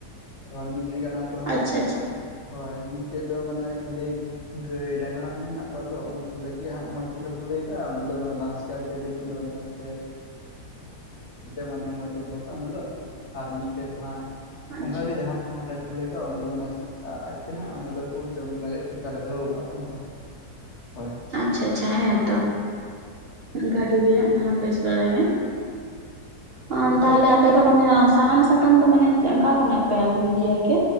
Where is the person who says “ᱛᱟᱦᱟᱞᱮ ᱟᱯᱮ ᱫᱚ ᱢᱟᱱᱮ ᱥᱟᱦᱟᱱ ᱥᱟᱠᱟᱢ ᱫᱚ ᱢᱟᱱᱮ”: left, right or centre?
Right